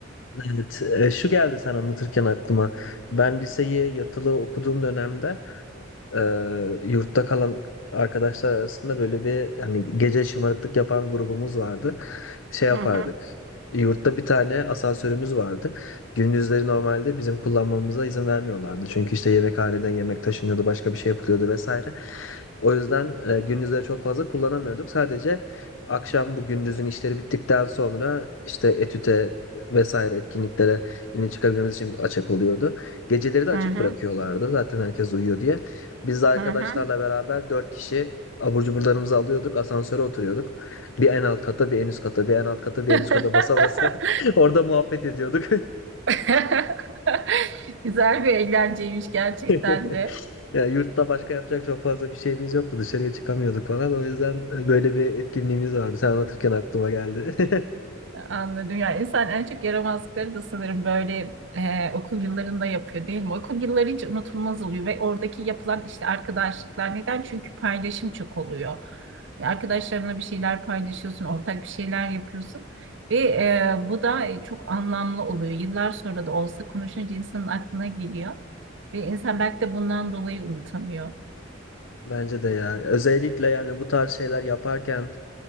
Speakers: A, on the left (about 80°); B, on the right (about 70°).
A: Evet, e, şu geldi sen anlatırken aklıma. Ben liseyi yatılı okuduğum dönemde Ee, yurtta kalan arkadaşlar arasında böyle bir hani gece şımarıklık yapan grubumuz vardı. Şey yapardık.
B: Hı hı,
A: Yurtta bir tane asansörümüz vardı. Gündüzleri normalde bizim kullanmamıza izin vermiyorlardı. Çünkü işte yemekhaneden yemek taşınıyordu, başka bir şey yapılıyordu vesaire. O yüzden e, gündüzleri çok fazla kullanamıyorduk. Sadece akşam bu gündüzün işleri bittikten sonra işte etüte vesaire etkinliklere yine çıkabilmemiz için açık oluyordu. Geceleri de açık
B: hı hı,
A: bırakıyorlardı. Zaten herkes uyuyor diye. Biz de arkadaşlarla
B: hı hı.
A: beraber dört kişi abur cuburlarımızı alıyorduk. Asansöre oturuyorduk. Bir en alt kata, bir en üst kata, bir en alt kata, bir
B: <laughs>
A: en üst kata basa basa <laughs> orada muhabbet ediyorduk.
B: <laughs> Güzel bir eğlenceymiş gerçekten
A: <laughs>
B: de.
A: Yani yurtta başka yapacak çok fazla bir şeyimiz yoktu. Dışarıya çıkamıyorduk falan. O yüzden e, böyle bir etkinliğimiz vardı. Sen anlatırken aklıma geldi. <laughs>
B: Anladım. Yani insan en çok yaramazlıkları da sanırım böyle e, okul yıllarında yapıyor değil mi? Okul yılları hiç unutulmaz oluyor ve oradaki yapılan işte arkadaşlıklar neden? Çünkü paylaşım çok oluyor. E, Arkadaşlarınla bir şeyler paylaşıyorsun, ortak bir şeyler yapıyorsun ve e, bu da çok anlamlı oluyor. Yıllar sonra da olsa konuşunca insanın aklına geliyor. Ve insan belki de bundan dolayı unutamıyor.
A: Bence de ya. Özellikle yani bu tarz şeyler yaparken